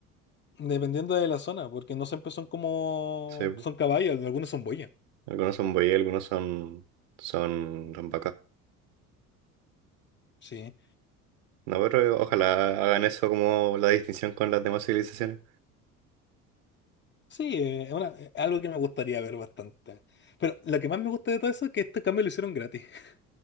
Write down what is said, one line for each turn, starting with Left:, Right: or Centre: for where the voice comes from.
Left: Dependiendo de la zona, porque no siempre son como...
Right: Sí, pues.
Left: Son caballos, algunos son boyas.
Right: Algunos son buey, algunos son, son, son
Left: Sí.
Right: No, pero ojalá hagan eso como la distinción con las demás civilizaciones.
Left: Sí, eh, es una- es algo que me gustaría ver bastante. Pero lo que más me gusta de todo eso es que este cambio lo hicieron gratis. <laughs>